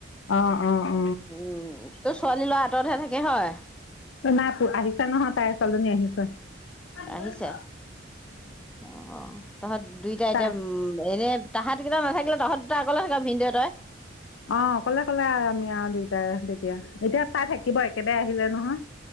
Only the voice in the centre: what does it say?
উম। তো ছোৱালী <unintelligible> থাকে হয়
আহিছে অ। তহত দুইটা এতিয়া
উম এনে তাহত কেইটা নাথাকিলে তহত দুটা অকলে থাক ভিনদয়ে তই?